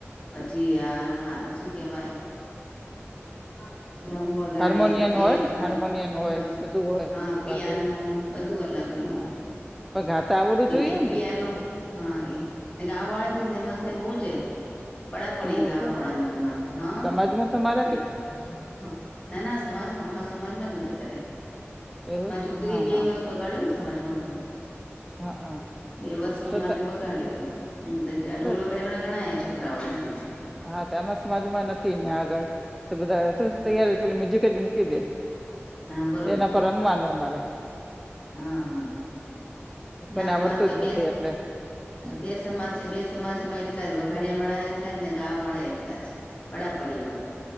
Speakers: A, on the left; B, in the centre.
A: પછી આ હા શું કેવાય. હા ધર્મહોલ ગાડે
B: હાર્મોનિયન
A: બેમ
B: હોય ને હાર્મોનિયન હોય
A: હ
B: બધું હોય
A: હા પિયાનો
B: વાગે
A: બધું અલગ અલગ
B: હા
A: હોય.
B: પણ ગાતા આવડવું જોઈએ
A: એક પિયાનો
B: ને
A: હા એ ગાવા વાળા તો એ અમારે ત્યાં બહુ જ હે પડાપડી
B: એવું
A: ગાવા
B: છે
A: વાળા ની તો અમાર ત્યાં હા.
B: સમાજમાં તમારે
A: બધા ના ના સમાજમાં અમાર સમાજમાં જ બધા કરે
B: એવું
A: માર
B: જ
A: છોકરીએ
B: હા
A: બે
B: હા
A: વર્ષ વગાડ્યો ને સમાજમા ઢોલ
B: હા હા
A: બે વર્ષ
B: તો
A: માટે
B: ત-
A: વગાડ્યો તો ઢોલ
B: તો
A: વગાડ્યા વાળા ઘણા છોકરા હે અહીંયા કર
B: હા તો અમાર સમાજમાં નથી અહિયાં આગળ તો બધા તૈયારી પેલુ મ્યુઝિક જ મૂકી દે.
A: હા બરોબર
B: તેના પર રમવાનું અમારે
A: હા હા
B: કોઈને
A: ના
B: આવડતું
A: અમારે તો
B: જ
A: બે
B: નથી એટલે
A: <inaudible>
B: હમ,
A: બે સમાજ છે. બે સમાજમાં એટલા જ વઘાડિયા વાળા એટલા જ ને ગાવવાળા એટલા જ પડાપડી હોય.